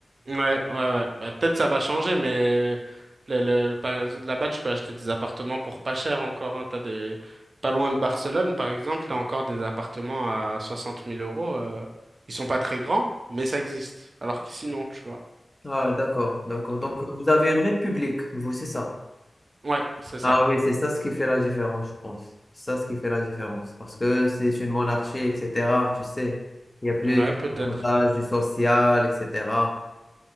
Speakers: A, on the right; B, on the left.
A: Ouais, ouais, ouais. Bah, peut-être ça va changer, mais le, le, par exemple, là-bas, tu peux acheter des appartements pour pas cher encore. Hein. T'as des... Pas loin de Barcelone, par exemple, t'as encore des appartements à soixante mille euros. euh. Ils sont pas très grands, mais ça existe. Alors qu'ici, non, tu vois.
B: Ah, d'accord, d'accord. Donc
A: Euh,
B: vous avez une république, vous, c'est ça.
A: Ouais, c'est ça.
B: Ah oui, c'est ça ce qui fait la différence, je pense. C'est ça ce qui fait la différence. Parce que c'est une monarchie, etc. Tu sais, il y a plus
A: Ouais, peut-être.
B: d'avantages du social, etc.